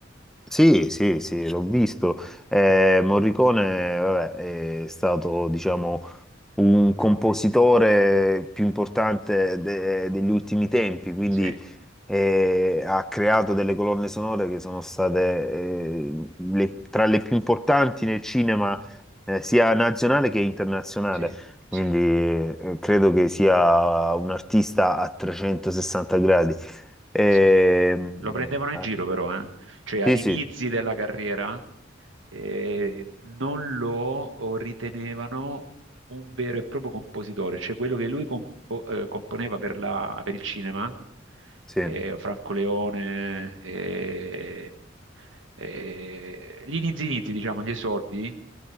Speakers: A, in the centre; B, on the right.
A: Sì, sì, sì, l'ho visto. Eh, Morricone, vabbè, è stato, diciamo, un compositore più importante de- degli ultimi tempi, quindi
B: Sì,
A: eh, ha creato delle colonne sonore che sono state eh, le- tra le più importanti nel cinema, eh, sia nazionale che internazionale.
B: sì, sì,
A: Quindi eh, credo che sia un artista a 360 gradi. Ehm,
B: sì. Lo prendevano in
A: ah,
B: giro però, eh. Cioè all'inizio
A: sì, sì.
B: della carriera eh, non lo ritenevano un vero e proprio compositore, cioè quello che lui compo- eh, componeva per la- per il cinema,
A: Sì,
B: eh, Franco Leone, eh, eh, gli inizi inizi, diciamo, gli esordi,